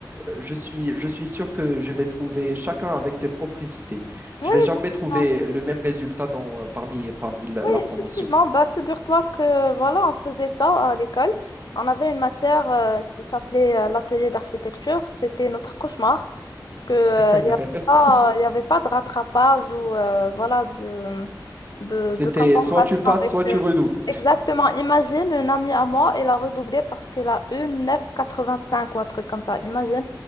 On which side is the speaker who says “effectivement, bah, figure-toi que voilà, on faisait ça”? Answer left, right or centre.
Left